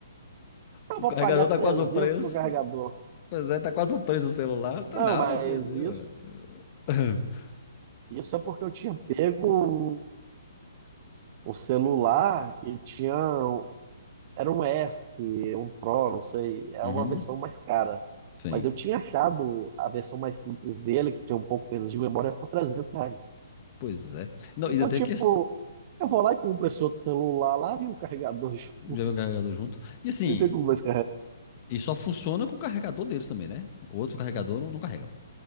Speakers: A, on the right; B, on the left.
A: eu
B: O
A: vou
B: carregador
A: pagar
B: tá
A: 300
B: quase o preço.
A: no carregador.
B: Pois é, tá quase o preço do celular. Tá,
A: Não,
B: não,
A: mas
B: vou vender,
A: isso,
B: ué. <laughs>
A: isso é porque eu tinha pego o celular que tinha, um, era um S, um Pro, não sei, é
B: Uhum,
A: uma versão mais cara.
B: sim.
A: Mas eu tinha achado a versão mais simples dele, que tinha um pouco menos de memória, por 300 reais.
B: Pois é. Não,
A: Então,
B: ainda tem
A: tipo,
B: que
A: eu vou lá e compro esse outro celular lá e um carregador junto.
B: já vem o carregador junto. E assim,
A: e fico com dois
B: e só funciona com o carregador deles também, né? O outro carregador não, não carrega.